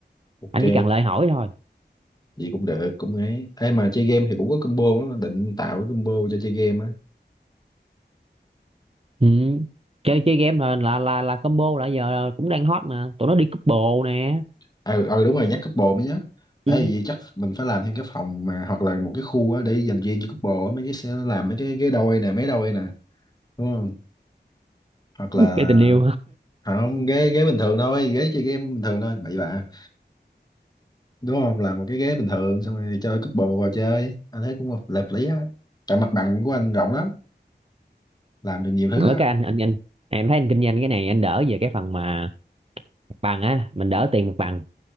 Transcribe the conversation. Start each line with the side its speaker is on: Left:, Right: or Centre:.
Left: Ok,
Right: anh chỉ cần lời hỏi thôi
Left: vậy cũng được, cũng ấy. Ê mà chơi game thì cũng có combo lắm, định tạo cái combo cho chơi game á.
Right: ừ. chơi chơi game là là là, là combo là giờ cũng đang hot mà tụi nó đi couple nè
Left: Ờ, ờ đúng rồi, nhắc couple mới nhớ. Ê,
Right: ừ.
Left: vậy chắc mình phải làm thêm cái phòng mà hoặc là một cái khu á để dành riêng cho couple á, mấy cái sẽ làm mấy cái ghế đôi nè, mấy đôi nè, đúng không? Hoặc là
Right: cái tình yêu
Left: không, ghế ghế bình thường thôi, ghế chơi game bình thường thôi, bậy bạ. Đúng không? Làm một cái ghế bình thường xong rồi cho couple vào chơi. Anh thấy cũng hợp hợp lý á. Tại mặt bằng của anh rộng lắm, làm được nhiều thứ
Right: ở
Left: á.
Right: cái anh anh anh em thấy anh kinh doanh cái này anh đỡ về cái phần mà mặt bằng á mình đỡ tiền mặt bằng